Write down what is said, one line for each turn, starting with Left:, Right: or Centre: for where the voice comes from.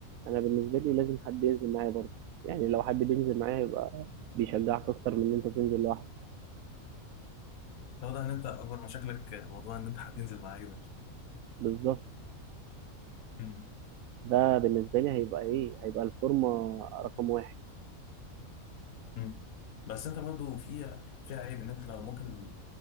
Right: انا بالنسبه لي لازم حد ينزل معايا برضه يعني لو حد بينزل معايا هيبقى بيشجعك اكتر من ان انت تنزل لوحدك
Left: واضح ان انت اكبر مشاكلك موضوع ان انت هتنزل مع عيلة
Right: بالظبط
Left: امم
Right: ده بالنسبه لي هيبقى ايه هيبقى الفورمه رقم واحد
Left: امم بس انت برضه في في عيب ان انت لو ممكن